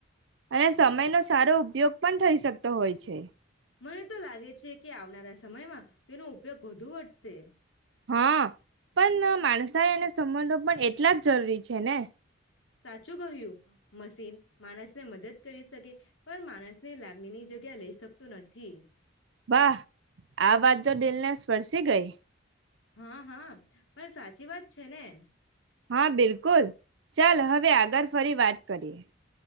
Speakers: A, on the right (about 65°); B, on the left (about 70°).
A: અને સમય નો સારો ઉપયોગ પણ થઈ શકતો હોય છે
B: મને તો લાગે છે કે આવનારા સમયમાં તેનો ઉપયોગ વધુ વધશે.
A: હા પણ માણસાએ અને સંબંધો પણ એટલા જ જરૂરી છે ને.
B: સાચું કહ્યું મશીન માણસને મદદ કરી શકે પણ માણસની લાગણીની જગ્યા લઈ શકે તું નથી.
A: વાહ આ વાત જો દિલ ને સ્પર્શી ગઈ.
B: હા હા પણ સાચી વાત છે ને.
A: હા બિલકુલ ચાલ હવે આગળ ફરી વાત કરીએ.